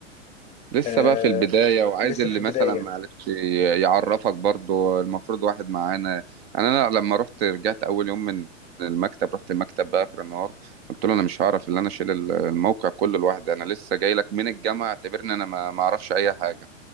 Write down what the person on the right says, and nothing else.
لسه
بقى في البداية وعايز
اللي
مثلا معلش ي- يعرفك برضو المفروض واحد معانا يعني أنا لما رحت رجعت أول يوم من المكتب رحت المكتب بقى آخر النهار قلت له أنا مش هعرف اللي أنا أشيل ال- الموقع كله لوحدي أنا لسه جاي لك من الجامعة اعتبرني أنا ما ما أعرفش أي حاجة